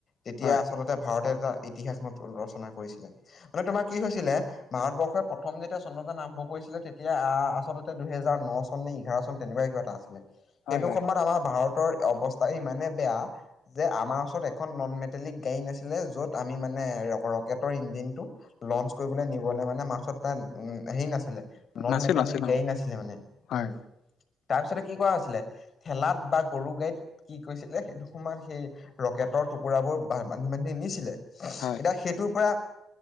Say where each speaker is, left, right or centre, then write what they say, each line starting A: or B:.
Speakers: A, on the left; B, on the left.
A: তেতিয়া
B: হয়,
A: আচলতে ভাৰতে এটা ইতিহাস নত ৰচনা কৰিছিলে মানে তোমাৰ কি হৈছিলে? ভাৰতবৰ্ষই প্ৰথম যেতিয়া চন্দ্ৰযান আৰম্ভ কৰিছিলে তেতিয়া আহ আচলতে দুইহেজাৰ ন চন নে এঘাৰ চন তেনেকুৱা কিবা এটা আছিলে সেইটো
B: হয়, হয়,
A: সময়ত আমাৰ ভাৰতৰ অৱস্থাই ইমানে বেয়া যে আমাৰ ওচৰত এখন নন মেটেলিক গাড়ী নাছিলে য'ত আমি মানে ৰ ৰকেটৰ ইঞ্জিনটো লঞ্চ কৰিবলে নিবলৈ মানে মাৰ্চত তাত উ হেৰি নাছিলে নল
B: নাছিল,
A: মেটেলি
B: নাছিল
A: গাড়ী
B: অ',
A: নাছিলে মানে
B: হয়,
A: উম তাৰপিছতে কি কৰা হৈছিলে ঠেলাত বা গৰু গাড়ীত কি কৈছিলে সেইটো সময়ত সেই ৰকেটৰ টুকুৰাবোৰ বান্ধি বান্ধি নিছিলে
B: হয়,
A: এতিয়া সেইটোৰ পৰা